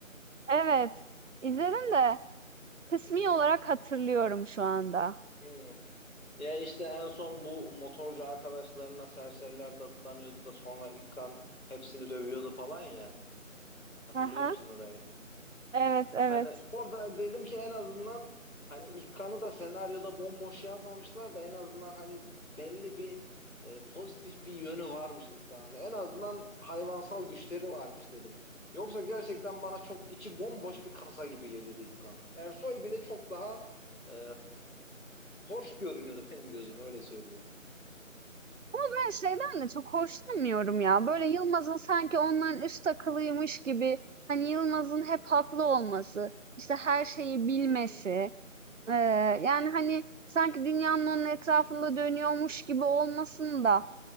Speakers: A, on the right; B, on the left.
A: Evet. izledim de kısmi olarak hatırlıyorum şu anda.
B: Hmm. Ya işte en son bu motorcu arkadaşlarına serseriler dadanıyordu da sonra İlkan hepsini dövüyordu falan ya. Hatırlıyor
A: Hı hı.
B: musun orayı?
A: Evet, evet.
B: Hani orada dedim ki en azından hani ilk kanı da senaryoda bomboş yazmamışlar da en azından hani belli bir e, pozitif bir yönü varmış ilk kanında. En azından hayvansal güçleri varmış dedim. Yoksa gerçekten bana çok içi bomboş bir kasa gibi geliyordu ilk kan. Ersoy bile çok daha e, hoş görünüyordu benim gözüme öyle söyleyeyim.
A: Ben şeyden de çok hoşlanmıyorum ya. Böyle Yılmaz'ın sanki ondan üst akıllıymış gibi hani Yılmaz'ın hep haklı olması, işte her şeyi bilmesi,
B: Hı hı.
A: Eee, yani, hani, sanki dünyanın onun etrafında dönüyormuş gibi olmasını da